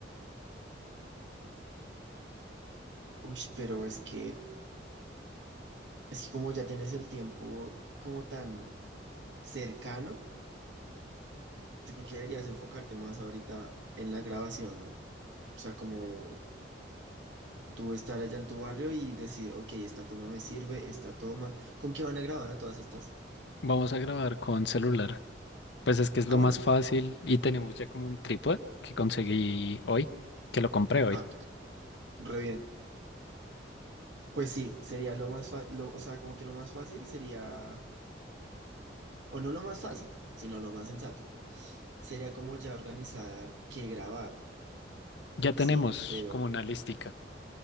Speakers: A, on the right; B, on the left.
A: Uy, pero es que, es que como ya tienes el tiempo como tan cercano, yo creo que deberías enfocarte más ahorita en la grabación, ¿no? O sea, como tú estar allá en tu barrio y decir, ok, esta toma me sirve, esta toma. ¿Con qué van a grabar a todas estas?
B: Vamos a grabar con celular. Pues es que es
A: Ah,
B: lo
A: bueno.
B: más fácil y tenemos ya como un trípode que conseguí hoy, que lo compré hoy.
A: Ah, re bien. Pues sí, sería lo más fa- o sea, como que lo más fácil sería, o no lo más fácil, sino lo más sensato. Sería como ya organizar qué grabar,
B: Ya tenemos
A: sí, pero
B: como una listica